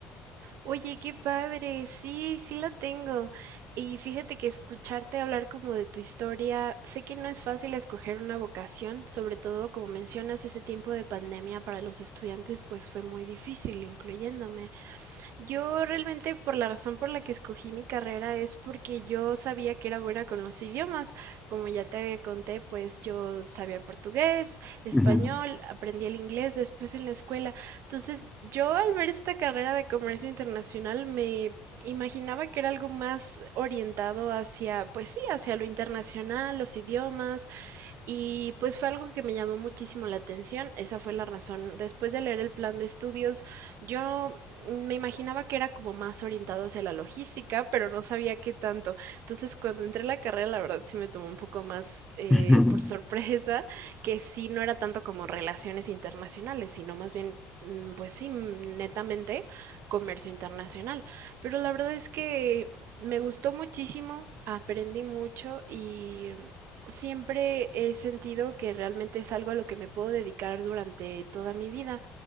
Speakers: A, on the right; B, in the centre.
A: Oye, qué padre, sí, sí la tengo. Y fíjate que escucharte hablar como de tu historia, sé que no es fácil escoger una vocación, sobre todo como mencionas, ese tiempo de pandemia para los estudiantes pues fue muy difícil, incluyéndome. Yo realmente por la razón por la que escogí mi carrera es porque yo sabía que era buena con los idiomas. Como ya te había conté, pues yo sabía portugués, español,
B: Ujú.
A: aprendí el inglés después en la escuela. Entonces, yo al ver esta carrera de comercio internacional me imaginaba que era algo más orientado hacia, pues sí, hacia lo internacional, los idiomas, y pues fue algo que me llamó muchísimo la atención, esa fue la razón. Después de leer el plan de estudios, yo me imaginaba que era como más orientado hacia la logística, pero no sabía qué tanto. Entonces, cuando entré a la carrera, la verdad sí me tomó un poco más
B: <laughs>
A: eh,
B: Ujú.
A: por sorpresa, que sí no era tanto como relaciones internacionales, sino más bien, mm, pues sí, mm, netamente comercio internacional. Pero la verdad es que me gustó muchísimo, aprendí mucho y Siempre he sentido que realmente es algo a lo que me puedo dedicar durante toda mi vida.